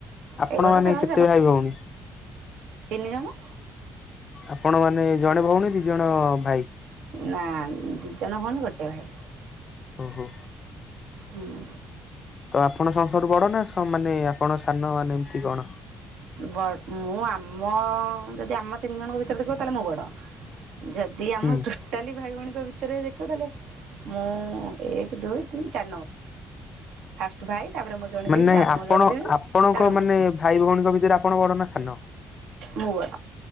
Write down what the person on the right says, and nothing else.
ଏ ଘର
ସେ ଘର
କଣ?
ନାଇଁ ଦିଜଣ ଭଉଣୀ ଗୋଟେ ଭାଇ।
ହୁଁ।
ବଟ ମୁଁ ଆମ ଆଁ ଯଦି ଆମ ତିନି ଜଣଙ୍କ ଭିତରେ ଦେଖିବ ତାହେଲେ ମୁଁ ବଡ ଯଦି ଆମ
ଟୋଟାଲି ଭାଇ ଭଉଣୀ ଭିତରେ ଦେଖିବ ତାହେଲେ ମୁଁ ଏକ ଦୁଇ ତିନି ଚାରି ନମ୍ବର। ଫାଷ୍ଟ ଭାଇ ତାପରେ ମୋ ଜଣେ
ଦିଦି ତାପରେ
ମୋ ଜଣେ ଦିଦି
ତାପରେ
ମୁଁ
ମୁଁ ବଡ଼।